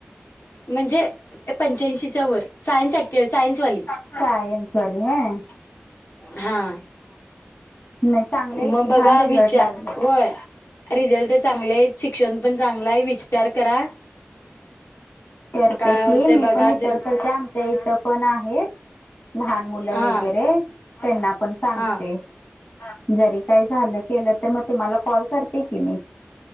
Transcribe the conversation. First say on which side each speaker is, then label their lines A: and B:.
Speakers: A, on the left (about 85°); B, on the left (about 50°).
A: म्हणजे पंच्याऐंशीच्या वर सायन्स ॲक् सायन्स वाली.
B: सायन्स वाली व्हय.
A: हां
B: नाही चांगले आहेत
A: म
B: की छान
A: बघा
B: रिझल्ट
A: वीच्या
B: लागले
A: होय रिझल्ट चांगलेय, शिक्षण पण चांगलाय, विचार करा
B: करते
A: काय
B: की
A: होते
B: मी
A: बघा
B: पण विचार
A: जर
B: करते आम च्या इथ पण आहेत लहान मुलं
A: हा
B: वगैरे त्यांना पण सांगते.
A: हा
B: जरी काय झालं केलं तर म तुम्हाला कॉल करते की मी